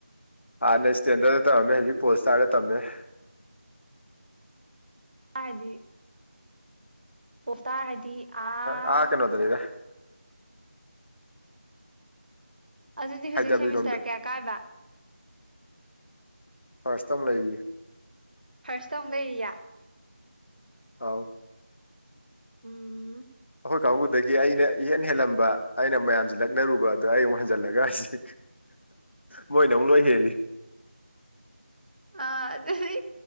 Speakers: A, on the left (about 75°); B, on the right (about 50°).
A: ꯍꯥꯟꯅ ꯏꯁꯇꯦꯟꯗꯔꯗ ꯇꯃꯝꯃꯦ ꯍꯧꯖꯤꯛ ꯄꯣꯜ ꯏꯁꯇꯥꯔꯗ ꯇꯃꯦ
B: ꯍꯥꯏꯗꯤ ꯄꯣꯞꯇꯥ ꯍꯥꯏꯗꯤ ꯑꯥ
A: ꯍꯥ ꯀꯦꯅꯣ ꯗꯅꯤꯗ
B: ꯑꯗꯨꯗꯤ ꯍꯧꯖꯤꯛ
A: ꯍꯥꯏꯊꯕꯤꯔꯣꯝꯗ
B: ꯁꯦꯃꯤꯁꯇꯔ ꯀꯌꯥ ꯀꯥꯏꯕ
A: ꯐꯔꯁꯇꯝ ꯂꯩꯔꯤꯌꯦ
B: ꯐꯥꯔꯁꯇ ꯑꯃꯨꯛ ꯂꯩꯔꯤꯌꯦ
A: ꯑꯥꯎ
B: ꯎꯝ
A: ꯑꯩꯈꯣꯏ ꯀꯥꯡꯕꯨꯗꯒꯤ ꯑꯩꯅ ꯏꯍꯦꯟ ꯍꯦꯜꯂꯝꯕ ꯑꯩꯅ ꯃꯌꯥꯝꯁꯤ ꯂꯛꯅꯔꯨꯕ ꯑꯗꯣ ꯑꯩ ꯑꯃꯨꯛ ꯍꯟꯖꯜꯂꯒ ꯍꯧꯖꯤꯛ ꯃꯣꯏꯅ ꯑꯃꯨꯛ ꯂꯣꯏ ꯍꯦꯜꯂꯤ
B: ꯑ ꯑꯗꯨꯗꯤ